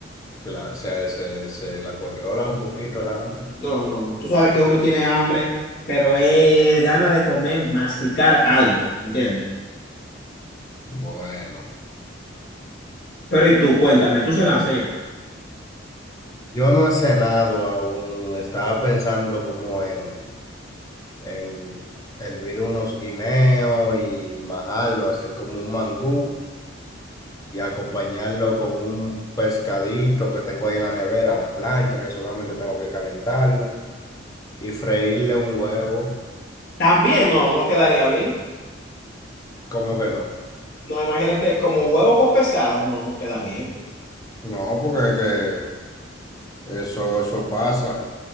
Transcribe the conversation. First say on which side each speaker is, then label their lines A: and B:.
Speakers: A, on the left; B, on the left.
A: La- se, se, se la controla un poquito el hambre.
B: No, no, no. Tú sabes que uno tiene hambre, pero es gana de comer, masticar algo, ¿entiendes?
A: Bueno,
B: Pero ¿y tú? Cuéntame, ¿tú cenaste ya?
A: yo no he cenado aún. Estaba pensando como en, en hervir unos guineos y majarlo, hacer como un mangú y acompañarlo con un pescadito que tengo ahí en la nevera, a la plancha, que solamente tengo que calentarlo y freírle un huevo.
B: También no, no quedaría bien.
A: ¿Cómo que no?
B: No, imagínate, como huevo con pescado, no, no queda bien.
A: No, porque que eso, eso pasa.